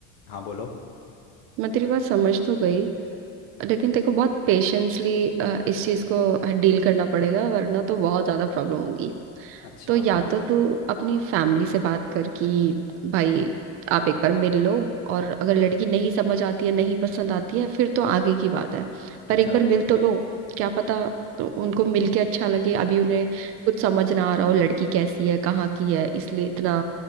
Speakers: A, on the left; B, on the right.
A: हाँ बोलो
B: मैं तेरी बात समझ तो गई लेकिन देखो बहुत पेशेंसली इस चीज को डील करना पड़ेगा वरना तो बहुत ज्यादा प्रॉब्लम होगी
A: अच्छा
B: तो या तो तू अपनी फैमिली से बात कर कि भाई आप एक बार मिल लो और अगर लड़की नहीं समझ आती है नहीं पसंद आती है फिर तो आगे की बात है
A: अच्छा
B: पर एक बार मिल तो लो क्या पता तो उनको मिल के अच्छा लगे अभी उन्हें कुछ समझ ना आ रहा हो लड़की कैसी है कहाँ की है इसलिए इतना